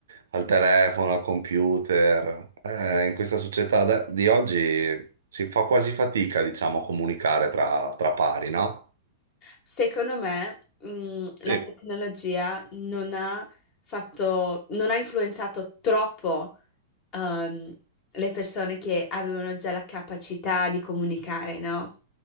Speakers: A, on the right; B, on the left.
A: al telefono, al computer. Eh, in questa società da- di oggi si fa quasi fatica, diciamo, a comunicare tra, tra pari, no?
B: Secondo me, mh, la
A: Sì.
B: tecnologia non ha fatto, non ha influenzato troppo, ehm, le persone che avevano già la capacità di comunicare, no?